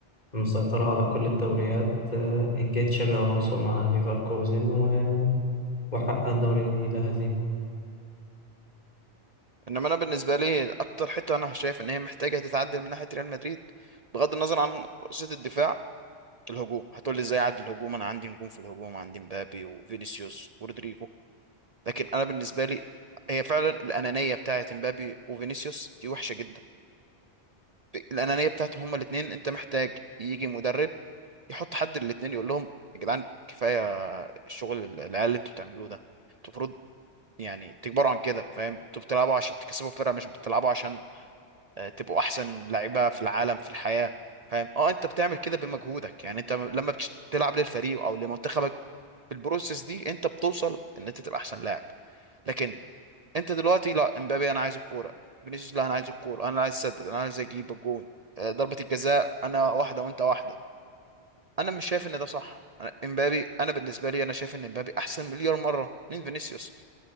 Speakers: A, on the left; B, on the right.
A: مسيطرة على كل الدوريات آه، جه تشابي ألونسو مع ليفركوزن و- وحقق الدوري لا هزيمة
B: انما انا بالنسبه لي اكتر حته انا شايف ان هي محتاجه تتعدل من ناحيه ريال مدريد بغض النظر عن قصه الدفاع الهجوم هتقول لي ازاي اعدي الهجوم انا عندي نجوم في الهجوم عندي مبابي وفينيسيوس ورودريجو لكن انا بالنسبه لي هي فعلا الانانيه بتاعه مبابي وفينيسيوس دي وحشه جدا الانانيه بتاعتهم هما الاثنين انت محتاج يجي مدرب يحط حد الاثنين يقول لهم يا جدعان كفايه الشغل العيال اللي انتوا بتعملوه ده انتوا المفروض يعني تكبروا عن كده فاهم انتوا بتلعبوا عشان تكسبوا الفرقه مش بتلعبوا عشان آه، تبقوا احسن لعيبه في العالم في الحياه فاهم اه انت بتعمل كده بمجهودك يعني انت لما بتلعب للفريق او لمنتخبك البروسيس دي انت بتوصل ان انت تبقى احسن لاعب لكن انت دلوقتي لا امبابي انا عايز الكوره فينيسيوس لا انا عايز الكوره انا عايز اسدد انا عايز اجيب الجون آه، ضربه الجزاء انا واحده وانت واحده انا مش شايف ان ده صح انا امبابي انا بالنسبه لي انا شايف ان امبابي احسن مليار مره من فينيسيوس